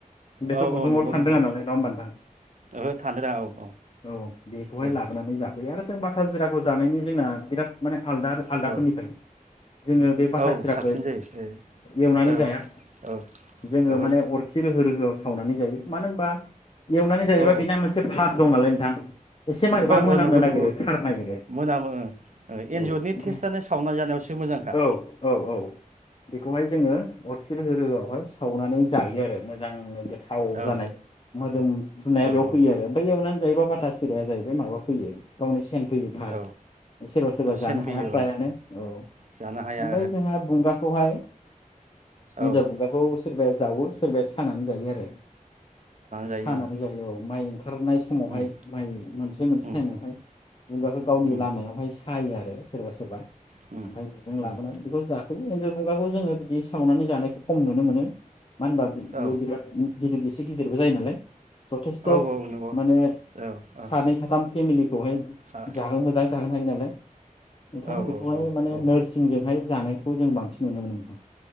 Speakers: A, on the left; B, on the right.
A: बेथ'
B: औ
A: गुदुङाव
B: औ नंगौ
A: थांदों
B: नंगौ
A: नालाय नङा होमबा नथां
B: ओहो थानो औ औ
A: औ बेखौहाय
B: औ
A: लाबोनानै जाफैयो आरो जों बाथा जिराखौ जानायनि जोंना बिराद माने आलदा आलदाफोरनिफ्राय
B: औ
A: जोङो बे बाथा
B: औ
A: सिराखौ
B: साबसिन जायो
A: एवनानै
B: औ
A: जाया
B: औ
A: जोङो
B: ओहो
A: माने
B: औ
A: अरखि रोहो रोहोआव सावनानै जायो मानो होनबा एवनानै जायोबा
B: औ
A: बिना मोनसे फास दं नालाय थां एसे माबेबा मोनामनो
B: औ नंगौ
A: नागिरो
B: नंगौ
A: खारनो नागिरो
B: मोनामो एन्जरनि
A: औ
B: टेस्टआनो
A: गा
B: सावना जानायावसो मोजांखा
A: औ औ औ बेखौहाय जोङो। अरखि रोहो रोहोआव बौहाय सावनानै जायो आरो मोजांनो गो थाव
B: औ
A: जानाय। मोदोम फुनाया
B: औ
A: बेयाव फैयो
B: औ
A: आरो ओमफ्राय एनानै जायोबा बाथा सिराया जाहैबाय माबा फैयो गावनि सेन फैयो भास
B: औ
A: सोरबा सोरबा
B: सेन
A: जानो
B: फैयो
A: हाया
B: औ
A: फ्रायानो औ
B: जानो हाया
A: ओमफ्राय जोंहा बुंगाखौहाय
B: औ
A: एनजर बुंगा सोरबाया जावो सोरबाया सानानै जायो आरो ‌।
B: जायो
A: सानानै
B: औ
A: जायो। औ माइ ओंखारनाय समावहाय
B: उम
A: माइ मोनसे मोनसे
B: उम
A: टाइमावहाय बुंगाखौ गावनि
B: उम
A: लामायावहाय सा सायो आरो सोरबा सोरबा।
B: उम
A: ओमफाय बिजों
B: उम
A: लाबोनानै बेखौ जाफै एन्जर बुंगाखौ जोङो बिदि सावनानै जानायखौ खम नुनो मोनो। मानो होनबा बियो
B: औ
A: बिराद गिदिर गिस <unintelligible> गेदेरबो जायो नालाय। जथेस्थ'
B: औ औ नंगौ
A: माने
B: औ औ
A: सानै साथाम फेमिलिखौहाय
B: औ
A: जाहो मोजां जाहोनो हायो नालाय ओंखायनो
B: औ
A: बेखौहाय
B: औ
A: माने
B: औ
A: नोरसिंजोंहाय जानाय खौ जों बांसिन नुनो मोनो नोंथां।